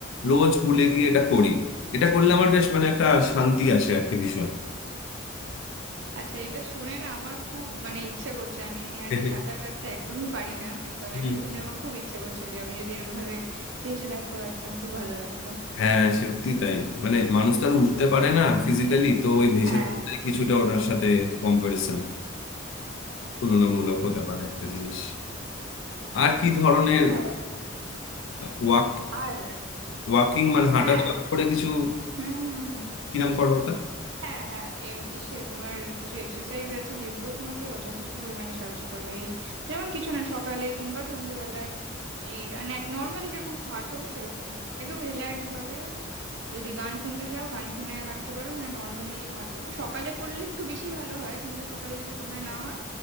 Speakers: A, on the left; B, on the right.
A: রোজ পুলে গিয়ে এটা করি এটা করলে আমার বেশ মানে একটা শান্তি আছে আর কি ভীষণ
B: আচ্ছা এটা শুনে না আমার খুব মানে ইচ্ছে করছে আমি নেহাতি
A: <laughs>
B: সাঁতার কাটতে একদমই পারি না কি- তবে
A: হুম।
B: এটা শুনে আমার খুব ইচ্ছে করছে যে আমি যদি এরকম ভাবে ভেসে থাকতে পারতাম খুব ভালো লাগতো
A: হ্যাঁ সত্যি তাই মানে মানুষ তো আর উঠতে পারে না ফিজিক্যালি তো ওই ভেসে
B: হ্যাঁ
A: থাকাটাই কিছুটা ওটার সাথে কম্পারিজন তুলনামূলক হতে পারে একটা জিনিস আর কি ধরনের
B: হ্যাঁ,
A: ওয়াক
B: আর
A: ওয়াকিং মানে হাঁটা
B: হ্যাঁ
A: চলা করে কিছু
B: হুম হুম হুম
A: কিরম করো ওটা
B: হ্যাঁ হ্যাঁ এ ইসে তোমার কিছু এক্সারসাইজ আছে যেগুলো তোমাকে অ- যথেষ্ট পরিমাণে সাহায্য করবে এই যেমন কিছু না সকালে কিংবা সন্ধেবেলায় এই নর্মালি যেরকম হাঁটো সেরকম একদম রিল্যাক্স ভাবে যদি গান শুনতে চাও গান শুনে হাঁটতে পারো না নর্মালি হাঁটো সকালে করলে একটু বেশি ভালো হয় কিন্তু সকালে যদি সময় না হয়